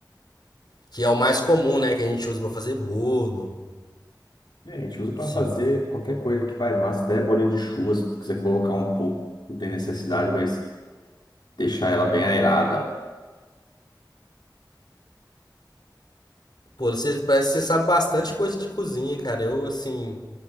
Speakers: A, on the left; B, on the left.
A: Que é o mais comum, né? Que a gente usa pra fazer bolo.
B: É, a gente usa para
A: Sim.
B: fazer qualquer coisa que vai massa, até bolinho de chuva, se quiser colocar um pouco, não tem necessidade, mas deixar ela bem aerada.
A: Pô, você parece que você sabe bastante coisa de cozinha, cara. Eu, assim,